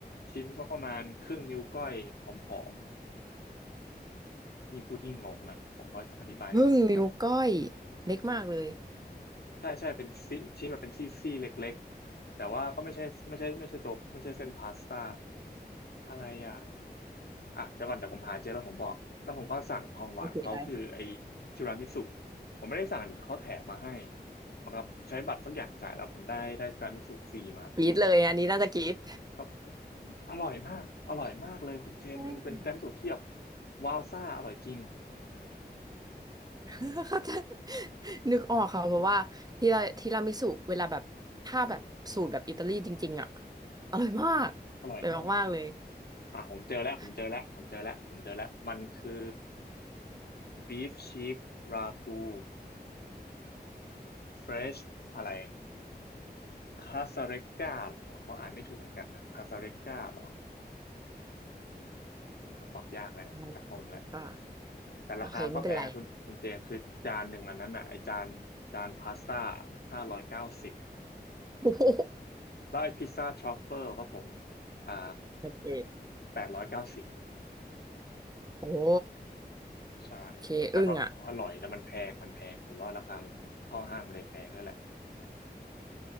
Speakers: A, on the left (about 65°); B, on the right (about 25°).
A: ชิ้นสักประมาณครึ่งนิ้วก้อยผอมๆยิ่งพูดยิ่งงงนะผมก็อธิบายไม่ถูกเหมือนกัน
B: พึ่งนิ้วก้อยเล็กมากเลย
A: ใช่ใช่เป็นชิ้นชิ้นแบบเป็นซี่ซี่เล็กๆแต่ว่าก็ไม่ใช่ไม่ใช่ไม่ใช่ตัวไม่ใช่เส้นพาสต้าอะไรอ่ะ อ่ะเดี๋ยวก่อนเดี๋ยวผมหาเจอแล้วผมบอกแล้วผมก็สั่งของหวานเขาคือไอ้
B: โอเคได้
A: ทีรามิสุผมไม่ได้สั่งดิเขาแถมมาให้เหมันก็ใช้บัตรสักอย่างจ่ายแล้วผมได้ได้ทีรามิสุฟรีมา
B: กรี๊ดเลยอันนี้น่าจะกรี๊ด
A: ครับอร่อยมากอร่อยมากเลยคุณเจนมันเป็นทีรามิสุที่แบบ
B: ใช่
A: ว้าวซ่าอร่อยจริง
B: <laughs> เข้าใจนึกออกค่ะเพราะว่าทีราทีรามิสุเวลาแบบถ้าแบบสูตรแบบอิตาลีจริงๆอ่ะอร่อยมากอร่อยมากๆเลย
A: อร่อยมากอ่ะผมเจอแล้วผมเจอแล้วผมเจอแล้วผมเจอแล้วมันคือ
B: <laughs>
A: บีฟชีกรากูเฟรชอะไรคาซาเรก a าผมอ่านไม่ถูกเหมือนกันนะคาซาเรก a าหรออ่ะตอบยากแล้วชักงงแล้ว
B: ไม่ครับไม่กล้า
A: แต่ราคามันก็แพงนะคุณคุณเจนคือจานหนึ่งอันนั้นน่ะไอจานจานพาสต้า
B: โอเคไม่เป็นไร
A: ห้าร้อยเก้าสิบ
B: <laughs> โอ้โห
A: แล้วไอพิซซ่าทรัฟเฟิลก็ผมอ่า
B: โอเค
A: แปดร้อยเก้าสิบ
B: โอ้โห
A: ใช่แต่แต่ก็อร่อยแต่มันแพงมันแพงผมว่าราคามันเข้าห้างมันเลยแพงด้วยแหละ
B: โอเคอึ้งอ่ะ